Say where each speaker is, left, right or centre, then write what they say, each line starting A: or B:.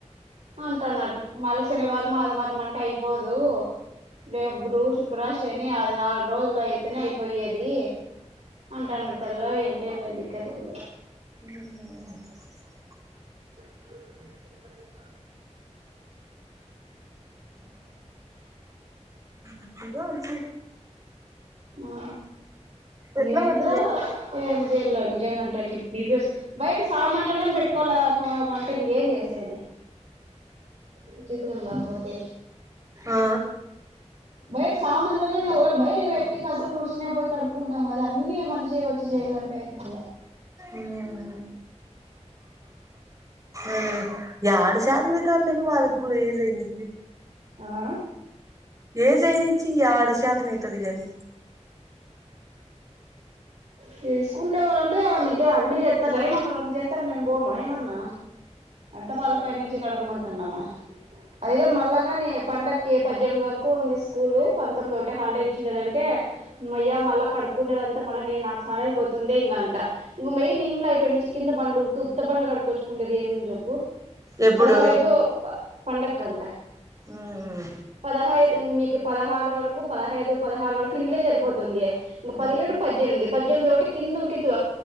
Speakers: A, on the right; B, on the right.
A: అంటున్నారు మళ్ళీ శనివారం ఆదివారం అంటే అయిపోదు రేపు గురు శుక్ర శె అది నాలుగు రోజుల అయితునే ఇయిపోయ్యది అంటా నా తెలో ఏం చెయ్యాలా ఏంది కదా గోల్లె
B: ఊహు
A: అ
B: ఇప్పుడే వచ్చిరు
A: ఆ
B: ఎట్లా
A: ఏందో
B: గట్ల చే
A: ఏ జైల్లో నిజంగా అంటే అట్లా బిపి వస్త బయట సామాన్లు గాని పెట్టుకోవాలే పో మన ఇంకేం చేసేది విచిత్రం కాకపోతే
B: ఆ
A: బయట సామాన్లు ఓగాలా బయటి పెట్టి ట్టి కసలు ఉడుసు కొని పోయి కడుక్కుంటాం కదా అన్ని ఆ మనిషి వచ్చి చేయాలంటే అవుతుందా
B: ఊహు అదే ఏడ చేతనైతది వీళ్లకు వాళ్లకు గుజై ఐనైతి
A: ఆ
B: ఏ జనిచ్చ ఈ ఆడ శత న ఇతది కానీ
A: తీేసుకుంటవాలంటే అకే అన్ని చేస్తారు ఏమన్నా రం చేస్తారు మేం బయ ఏమన్నా అంత వాళ్ళ ప నుంచి కడగమంటాన్నామ్మా అదిిక మళ్ళగాని పండకి ఒక పద్దెనిమిది వరకు ఉంది స్కూల్ పంతొమ్మిది ఒకటే హాలిడే ఇచ్చిండేదంటే మయ్య మళ్ళీ కడుక్కునేదంతా మళ్ీ నేను నాకు సార్ అయిపోతుంద ఇంకంట ఇంకెయ్యి ఇంలో అయిపోయి నుంచి కింద బండ్లుకి ఉత్త బండలు కడుక్కొచ్చుకుండేది ఏ చె ప్పు
B: ఎప్పుడు
A: పదహైదు పండక్కంట
B: మ్మ్
A: పదహాయిదు ఇం పదహారు వరకు పదహైదు పదహారు వరకు ఇంట్లే జరిపోతుంది ఇక పదిహేడు
B: మ్మ్
A: పద్దెనిమిది పద్దెమిది ఒకటి కింద ఉరికితు